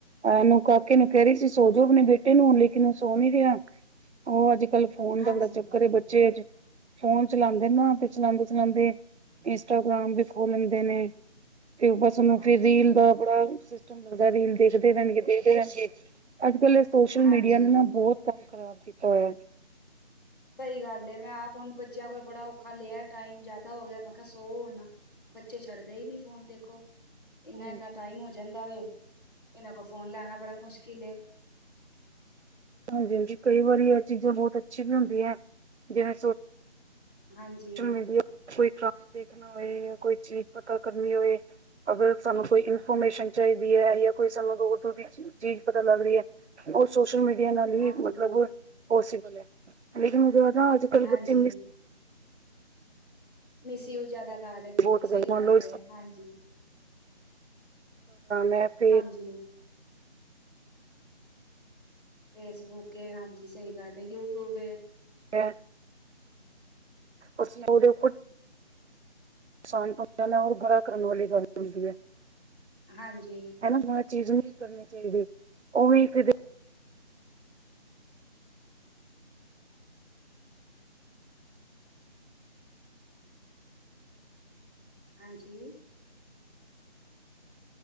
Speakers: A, on the right; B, on the left.
A: ਹ ਨੂੰ ਕਾਕੇ ਨੂੰ ਕਹਿ ਰਹੀ ਸੀ, ਸੋ ਜੋੋ ਆਪਣੇ ਬੇਟੇ ਨੂੰ ਹੁਣ ਲੇਕਿਨ ਉਹ ਸੋ ਨੀ ਰਿਹਾ। ਉਹ ਅੱਜ ਕੱਲ ਫੋਨ
B: ਹਾਂਜੀ,
A: ਦਾ ਬੜਾ ਚੱਕਰ ਹੈ ਬੱਚੇ ਅੱਜ। ਫੋਨ ਚਲਾਉਂਦੇ ਨਾ ਤੇ ਫੇਰ ਚਲਾਂਦੇ ਚਲਾਂਦੇ ਇੰਸਟਾਗ੍ਰਾਮ ਵੀ ਖੋਲ ਲੈਂਦੇ ਨੇ। ਤੇ ਬਸ ਉਹਨੂੰ
B: ਹਾਂਜੀ,
A: ਫੇਰ ਰੀਲ ਦਾ। ਬੜਾ ਸਿਸਟਮ ਲੱਗਦਾ ਰੀਲ ਦੇਖਦੇ ਰਹਿਣਗੇ ਦੇਖਦੇ ਰਹਿਣਗੇ ਅੱਜ ਕੱਲ। ਸੋਸ਼ਲ
B: ਹਾਂਜੀ।
A: ਮੀਡੀਆ ਨੇ ਨਾ ਬਹੁਤ ਕੰਮ ਖ਼ਰਾਬ ਕੀਤਾ ਹੋਇਆ।
B: ਸਹੀ ਗੱਲ ਏ ਮੈਂ ਆਪ ਹੁਣ ਬੱਚਿਆਂ ਕੋਲੋਂ ਬੜਾ ਔਖਾ ਲਿਆ ਟਾਈਮ ਜਿਆਦਾ ਹੋ ਗਿਆ ਮੈਂ ਕਿਹਾ ਸੌ ਹੁਣ। ਬੱਚੇ ਛੱਡਦੇ ਹੀ ਨੀ ਫੋਨ ਦੇਖੋ।
A: ਹਾਂਜੀ
B: ਇਨਾਂ ਇਨਾਂ ਟਾਈਮ ਹੋ ਜਾਂਦਾ ਵੇ ਇਹਨਾਂ ਕੋਲੋਂ ਫੋਨ ਲੈਣਾ ਬੜਾ ਮੁਸ਼ਕਿਲ ਏ।
A: ਹਾਂਜੀ, ਹਾਂਜੀ ਕਈ ਵਾਰੀ ਇਹ ਚੀਜ਼ਾਂ ਬਹੁਤ ਅੱਛੀ ਵੀ ਹੁੰਦੀ ਹੈ ਜਿਵੇਂ।
B: ਹਾਂਜੀ,
A: ਸੋਚੋ ਮੇਰੇ ਲਈ ਵੀ ਕੋਈ ਕੰਮ ਦੇਖਣਾ ਹੋਏ ਜਾਂ ਕੋਈ ਚੀਜ਼ ਪਤਾ ਕਰਨੀ ਹੋਏ। ਅਗਰ ਸਾਨੂੰ ਕੋਈ ਇਨਫੋਰਮੇਸ਼ਨ ਚਾਹੀਦੀ ਹੈ ਜਾਂ ਕੋਈ ਸਾਨੂੰ ਦੂਰ ਦੂਰ ਦੀ ਚੀਜ਼ ਪਤਾ ਲੱਗ ਰਹੀ ਹੈ। ਉਹ ਸੋਸ਼ਲ ਮੀਡੀਆ ਨਾਲ ਹੀ
B: ਹਾਂਜੀ,
A: ਮਤਲਬ ਉਹ ਸਿੱਖਦਾ। ਨਹੀਂ ਤੈਨੂੰ ਤਾਂ ਪਤਾ ਅੱਜ ਕੱਲ੍ਹ
B: ਹਾਂਜੀ।
A: ਬੱਚੇ।
B: ਮਿਸਯੂਜ ਜਿਆਦਾ ਕਰ ਰਹੇ ਨੇ ਹਾਂਜੀ
A: ਬਹੁਤ ਕਰ
B: ਸਹੀ
A: ਮੰਨ
B: ਗੱਲ
A: ਲਓ
B: ਏ ਹਾਂਜੀ।
A: ਮੈ ਤੇ
B: ਜੀ। ਫੇਸਬੁੱਕ ਏ ਹਾਂਜੀ ਸਹੀ ਗੱਲ ਏ ਯੂਟਿਊਬ ਏ।
A: ਤੇ। ਅਸੀਂ ਉਹਦੇ ਉੱਪਰ। ਨੁਕਸਾਨ ਪਹੁੰਚਾਉਣਾ ਉਹ ਬੜਾ ਕਰਨ ਵਾਲੀ ਗੱਲ ਹੁੰਦੀ ਹੈ।
B: ਹਾਂਜੀ।
A: ਹਨਾ ਹਰ ਚੀਜ਼ ਨਹੀਂ ਕਰਨੀ ਚਾਹੀਦੀ ਉਵੇਂ ਫਿਰ।
B: ਹਾਂਜੀ।